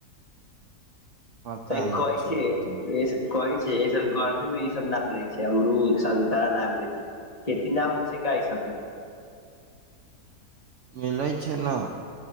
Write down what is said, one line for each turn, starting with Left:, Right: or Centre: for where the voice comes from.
Right: पता
Left: त
Right: न
Left: कहै छै।
Right: अभी तऽ न
Left: कहै छै से गर्मी में ई सब न मिलै छै अमरूद संतरा न मिलै छै खेती न होइ छै का ई सब के
Right: मिलै छय ने